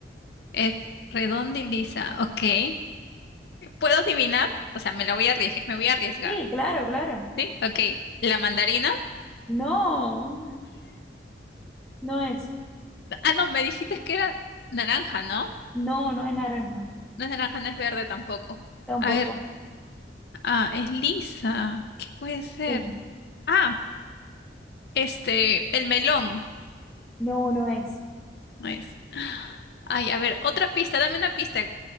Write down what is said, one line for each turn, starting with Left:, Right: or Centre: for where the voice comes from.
Left: Es redonda y lisa, ok. ¿Puedo adivinar? O sea, me la voy a arriesgar, me voy a arriesgar,
Centre: Sí, claro, claro.
Left: ¿sí? Ok. ¿La mandarina?
Centre: No, no es.
Left: Ah, no, me dijiste que era naranja, ¿no?
Centre: No, no es naranja.
Left: No es naranja, no es verde tampoco.
Centre: Tampoco.
Left: A ver, ah, es lisa. ¿Qué puede ser?
Centre: Sí.
Left: Ah, este, el melón,
Centre: No, no es.
Left: no es. Ay, a ver, otra pista, dame una pista